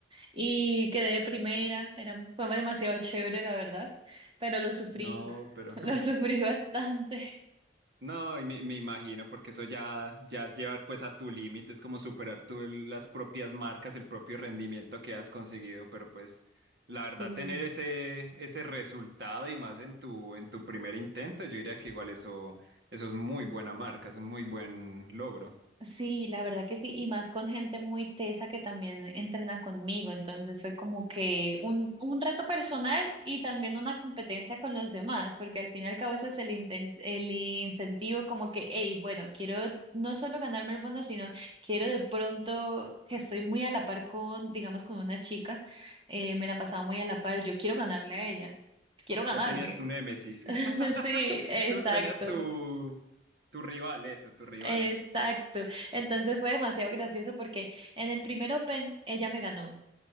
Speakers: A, on the right; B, on the right.
A: y quedé de primera, era, fue demasiado <laughs> chévere, la verdad, pero lo sufrí,
B: No,
A: <laughs>
B: pero... <laughs>
A: lo sufrí bastante.
B: No, y me, me imagino, porque eso ya, ya es llevar pues a tu límite, es como superar tú el- las propias marcas, el propio rendimiento que has conseguido, pero pues la verdad
A: Sí.
B: tener ese, ese resultado y más en tu, en tu primer intento, yo diría que igual eso, eso es muy buena marca, es un muy buen logro.
A: Sí, la verdad que sí, y más con gente muy tesa que también entrena conmigo, entonces fue como que un, un reto personal y también una competencia con los demás, porque al fin y al cabo ese es el, inten- el incentivo como que, hey, bueno, quiero no solo ganarme el bono, sino quiero de pronto que estoy muy a la par con, digamos, con una chica, eh, me la pasaba muy a la par, yo quiero ganarle a ella, quiero ganarle.
B: Ya tenías tu némesis,
A: <laughs>
B: <laughs>
A: Sí, exacto.
B: tú tenías tu, tu rival, eso, tu rival.
A: Exacto. Entonces fue demasiado gracioso porque en el primer Open ella me ganó.